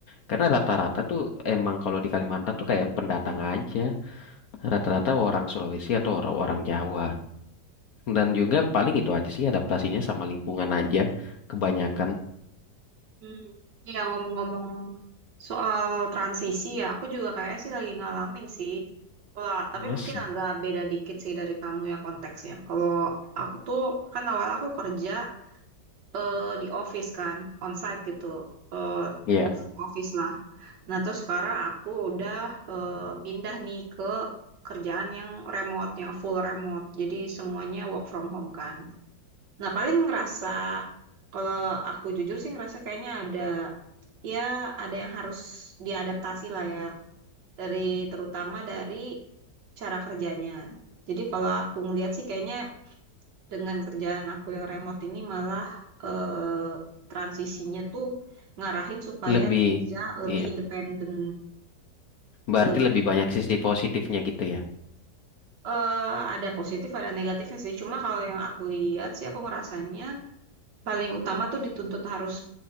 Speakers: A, on the left; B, on the right.
A: Karena rata-rata tuh emang kalau di Kalimantan tuh kayak pendatang aja. Rata-rata orang Sulawesi atau orang, orang Jawa. Dan juga paling itu aja sih adaptasinya sama lingkungan aja. Kebanyakan.
B: Hmm, Ya ngomong-ngomong soal transisi ya, aku juga kayak sih lagi ngalamin sih. Kalau
A: Mas,
B: tapi mungkin agak beda dikit sih dari kamu ya konteksnya. Kalau aku tuh kan awal aku kerja eh, di office kan, onsite gitu, eh,
A: Iya,
B: work from office lah. Nah terus sekarang aku udah eh, pindah nih ke kerjaan yang remote, yang full remote. Jadi semuanya work from home kan. Nah paling ngerasa kalau aku jujur sih ngerasa kayaknya ada ya ada yang harus diadaptasi lah ya dari terutama dari cara kerjanya. Jadi kalau aku ngeliat sih kayaknya dengan kerjaan aku yang remote ini malah eh, transisinya tuh ngarahin supaya
A: lebih,
B: kerja lebih
A: iya.
B: independen,
A: Berarti
B: lebih
A: lebih banyak sisi positifnya gitu ya.
B: eh, ada positif ada negatifnya sih. Cuma kalau yang aku lihat sih aku ngerasanya paling utama tuh dituntut harus